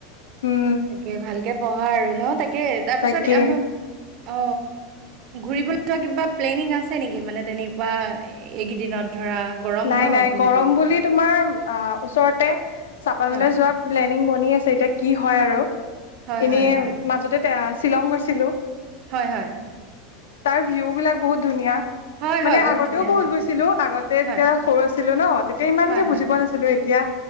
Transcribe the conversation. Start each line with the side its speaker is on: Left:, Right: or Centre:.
Left: উম
Right: তাকে ভালকে পঢ়া আৰু ন তাকে তাৰপিছত
Left: তাকে
Right: আম অ ঘুৰিবলৈ যোৱা কিবা প্লেনিং আছে নেকি মানে তেনেকুৱা এইকেইদিনত? ধৰা গৰম
Left: নাই
Right: ন
Left: নাই
Right: যিহেতু
Left: গৰম বুলি তোমাৰ অ ওচৰতে চাপানলৈ
Right: হয়
Left: যোৱা প্লেনিং বনি আছে এতিয়া কি হয় আৰু!
Right: হয়
Left: এনে
Right: হয় হয়
Left: মাজতে তে শ্বিলং গৈছিলো।
Right: হয় হয়।
Left: তাৰ ভিউ বিলাক বহুত ধুনীয়া
Right: হয় হয়
Left: মানে আগতেও
Right: ধুনীয়া
Left: বহুত
Right: হয়
Left: গৈছিলো আগতে
Right: হয়
Left: তিয়া সৰু আছিলো ন তেতিয়া ইমানকে
Right: হয় হয়
Left: বুজি পোৱা নাছিলো এতিয়া